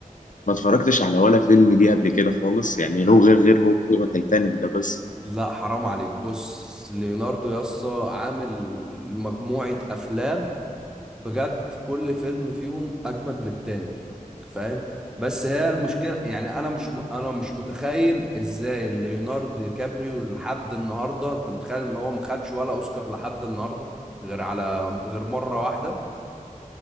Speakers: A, on the left (about 65°); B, in the centre.
A: ما اتفرجتش على ولا فيلم ليه قبل كده خالص يعني
B: لا
A: هو غير غير هو هو تايتانيك ده بس
B: لا حرام عليك بص ليوناردو يسطا عامل مجموعة أفلام بجد كل فيلم فيهم أجمد من التاني فاهم بس هي المشكلة يعني أنا مش م... أنا مش متخيل إزاي ليوناردو دي كابريو لحد النهاردة أنت متخيل إن هو ما خدش ولا أوسكار لحد النهاردة غير على غير مرة واحدة